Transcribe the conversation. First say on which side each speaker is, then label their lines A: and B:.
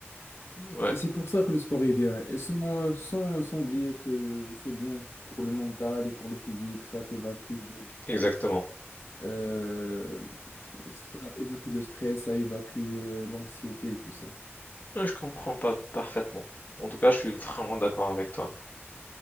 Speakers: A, on the left; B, on the left.
A: Ouais.
B: Et C'est pour ça que le sport est bien. Et sans, euh, sans, sans oublier que c'est bien pour le mental et pour le physique, ça t'évacue,
A: Exactement.
B: euh, ça évacue le stress, ça évacue euh, l'anxiété et tout ça.
A: Oui, Je comprends pas parfaitement. En tout cas, je suis vraiment d'accord avec toi.